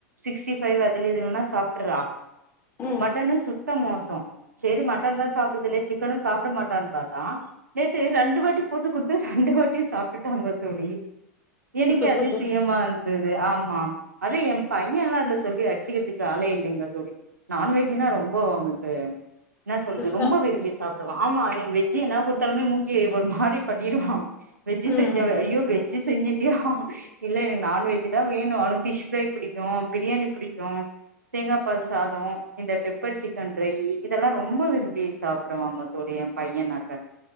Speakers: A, on the right (about 80°); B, on the left (about 20°).
A: சிக்ஸ்டி ஃபைவ் அதுல எதுலன்னா சாப்ட்டுறா
B: ம்
A: மட்டனு சுத்த மோசொ சேரி மட்டன் தான் சாப்டறதுல்லையே சிக்கனு சாப்ட மட்டான்னு பாத்தா நேத்து ரெண்டு வாட்டி போட்டு குடுத்து ரெண்டு வாட்டியு சாப்ட்டுட்டாங்க தோழி எனக்கெ
B: சூப்பர்
A: அதிசயமா
B: சூப்பர்
A: இருந்தது ஆமா அது ஏ பையன்ல்லா அதுல சா தோழி அட்ச்சிக்கிறதுக்கு ஆளே இல்லைங்க தோழி நான்வெஜ்ன்னா ரொம்ப அவனுக்கு என்ன சொல்து
B: கஷ்டோ
A: ரொம்ப விரும்பி சாப் டுவான் ஆமா நீங்க வெஜ்ஜி என்ன குடுத்தாலமே மூஞ்சி ஒரு மாரி பண்ணிறுவான வெஜ்ஜி
B: ம்
A: செஞ்சவெ ஐயோ வெஜ் வெஜ்ஜி செஞ்சிட்டியா இல்ல நான்வெஜ்ஜி தா வேணு அவனுக்கு ஃபிஷ் ஃபரை பிடிக்கு பிரியாணி பிடிக்கு தேங்காப் பால் சாதொ இந்த பெப்பர் சிக்கன் ட்ரையி இதெல்லா ரொம்ப விரும்பி சாப்பிடுவாங்க தோழி என் பைய நாட்ட